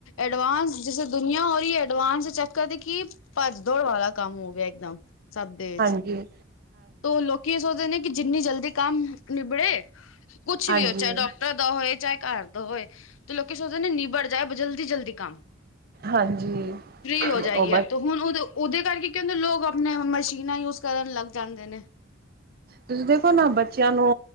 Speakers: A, on the left; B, on the right.
A: ਐਡਵਾਂਸ ਜੈਸੇ ਦੁਨੀਆਂ ਹੋ ਰਹੀ ਹੈ, ਐਡਵਾਂਸ ਚੈੱਕ ਕਰਦੀ ਕਿ ਭੱਜ ਦੌੜ ਵਾਲਾ ਕੰਮ ਹੋ ਗਿਆ ਇੱਕਦਮ ਸਭ ਦੇ ਵਿੱਚ।
B: ਹੀ।
A: ਤ ਲੋਕੀ ਇਹ ਸੋਚਦੇ ਨੇ ਕਿ ਜਿੰਨੀ ਜਲਦੀ ਕੰਮ ਨਿਬੜੇ ਕੁਛ
B: ਹਾਂਜੀ
A: ਵੀ ਹੋ ਚੇ ਡਾ ਦਾ ਹੋਏ ਚਾਹੇ ਘਰ ਦਾ ਹੋਏ, ਤੇ ਲੋਕ ਸੋਚਦੇ ਨੇ ਨਿਬੜ ਜਾਏ ਜਲਦੀ- ਜਲਦੀ ਕੰਮ।
B: ਹਾਂਜੀ
A: ਫਰੀ ਹੋ ਜਾਈਏ,
B: ਉਹ ਬਸ
A: ਤੇ ਹੁਣ ਉਹਦੋਂ ਉਹਦੇ ਕਰਕੇ ਕਹਿੰਦੇ ਲੋਕ ਆਪਣੇ ਆਪ ਮਸ਼ੀਨਾਂ ਯੂਜ ਕਰਨ ਲੱਗ ਜਾਂਦੇ ਨੇ।
B: ਤੁਸੀਂ ਦੇਖੋ ਨਾ ਬੱਚਿਆਂ ਨੂੰ